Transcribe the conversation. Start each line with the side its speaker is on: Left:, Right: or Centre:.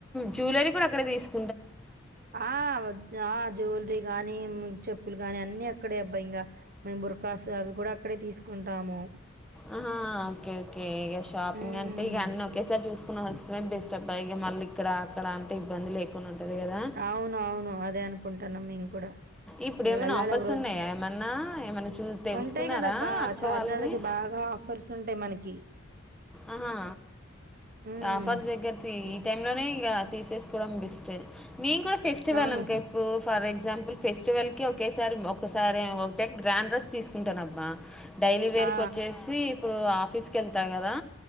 Centre: జ్యువలరీ కూడా అక్కడే తీసుకు
Right: ఆ ఆ జ్యువలరీ గానీ చెప్పులు గాని అన్ని అక్కడే అబ్బా ఇంగ మేము బుర్కాసు అవి కూడా అక్కడే తీసుకుంటాము
Centre: అహ ఓకే ఓకే ఇగ షాపింగ్
Right: హ్మ్.
Centre: అంటే ఇగ అన్ని ఒకేసారి చూసుకొని వస్తే బెస్ట్ అబ్బాయి ఇక మళ్ళీ ఇక్కడ అక్కడ అంటే ఇబ్బంది లేకుండా ఉంటది కదా
Right: అవును. అవును. అదే అనుకుంటున్నాం మేము కూడా.
Centre: ఇప్పుడు
Right: నువ్వు
Centre: ఏమన్నా
Right: వెళ్ళాలి
Centre: ఆఫర్స్
Right: ఒక రోజు.
Centre: ఉన్నాయా ఏమన్నా ఏమన్నా చూ తెలుసుకున్నారా
Right: ఉంటాయి కదబ్బా!
Centre: అక్క
Right: చార్మినార్
Centre: వాళ్ళవి
Right: దగ్గర బాగా ఆఫర్స్ ఉంటాయి మనకి
Centre: ఆహా
Right: హ్మ్.
Centre: ఆఫర్స్ దగ్గరతి ఈ టైం లోనే ఇగ తీసేసుకోవడం బెస్ట్ నేనుకూడా ఫెస్టివల్
Right: అవును.
Centre: అనుకొ ఇప్పుడు ఫర్ ఎగ్జాంపుల్ ఫెస్టివల్ కి ఒకే ఒకసారి ఒకసారి ఒకటే గ్రాండ్ డ్రెస్ తీసుకుంటానబ్బ డైలీ వేరుక
Right: ఆ!
Centre: వచ్చేసి ఇప్పుడు ఆఫీస్కి వెళ్తా కదా